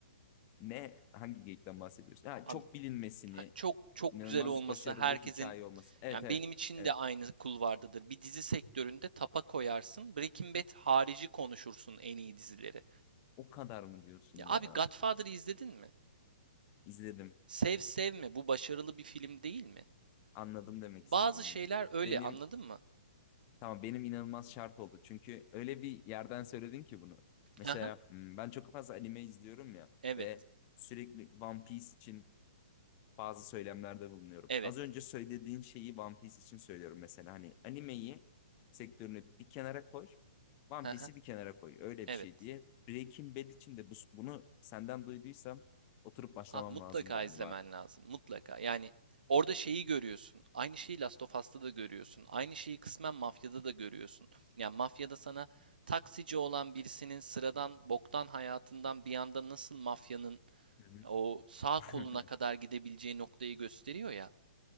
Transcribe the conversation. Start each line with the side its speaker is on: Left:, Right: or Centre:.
Left: Ne? Hangi geyikten bahsediyorsun? Ha,
Right: Abi,
Left: çok bilinmesini,
Right: ha- çok çok
Left: inanılmaz
Right: güzel olması
Left: başarılı
Right: herkesin
Left: hikaye olması. Evet
Right: yani
Left: evet.
Right: benim için
Left: Evet.
Right: de aynı kulvardadır. Bir dizi sektöründe tapa koyarsın. Breaking Bad harici konuşursun en iyi dizileri.
Left: O kadar mı diyorsun
Right: Ya
Left: ya?
Right: abi Godfather'ı izledin mi?
Left: İzledim.
Right: Sev sevme bu başarılı bir film değil mi?
Left: Anladım demek
Right: Bazı
Left: istediğini.
Right: şeyler öyle
Left: Benim
Right: anladın mı?
Left: Tamam benim inanılmaz şart oldu. Çünkü öyle bir yerden söyledin ki bunu. Mesela
Right: Hı hı.
Left: hmm, ben çok fazla anime izliyorum ya
Right: Evet.
Left: ve sürekli One Piece için bazı söylemlerde bulunuyorum.
Right: Evet.
Left: Az önce söylediğin şeyi One Piece için söylüyorum mesela. Hani animeyi sektörünü bir kenara koy, One
Right: Hı hı.
Left: Piece'i bir kenara koy. Öyle
Right: Evet.
Left: bir şey diye. Breaking Bad için de bu, bunu senden duyduysam oturup başlamam
Right: Abi mutlaka
Left: lazım galiba.
Right: izlemen lazım. Mutlaka. Yani orada şeyi görüyorsun. Aynı şeyi Last of Us'ta da görüyorsun. Aynı şeyi kısmen Mafya'da da görüyorsun. Yani Mafya'da sana taksici olan birisinin sıradan boktan hayatından bir anda nasıl mafyanın
Left: Hı hı.
Right: o sağ
Left: <laughs>
Right: koluna kadar gidebileceği noktayı gösteriyor ya.